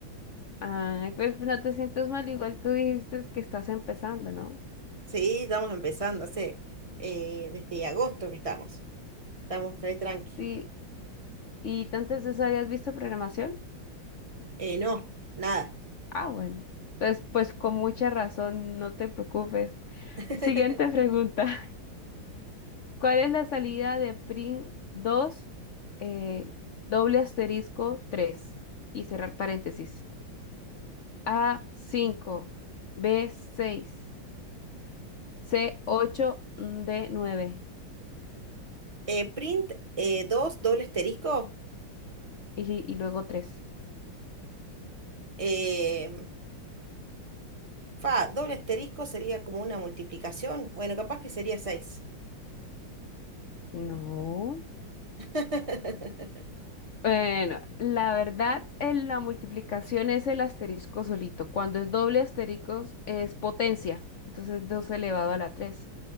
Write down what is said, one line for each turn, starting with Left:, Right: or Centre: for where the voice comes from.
Left: Ay, pues no te sientas mal, igual tú dijiste que estás empezando, ¿no?
Right: Sí, estamos empezando, hace eh, desde agosto que estamos. Estamos re tranqui.
Left: Sí. ¿Y tú antes de eso habías visto programación?
Right: Eh, no, nada.
Left: Ah, bueno. Entonces, pues con mucha razón, no te preocupes.
Right: <laughs>
Left: Siguiente pregunta. <laughs> ¿Cuál es la salida de print 2 eh, doble asterisco 3 Y cerrar paréntesis. a cinco, b seis, c ocho, mm, d nueve.
Right: Eh, print eh, dos doble asterisco.
Left: y, y luego tres.
Right: eh, Fa, doble asterisco sería como una multiplicación. Bueno, capaz que sería 6.
Left: No.
Right: <laughs>
Left: Bueno, la verdad, en la multiplicación es el asterisco solito. Cuando es doble asterisco es potencia. Entonces 2 elevado a la 3.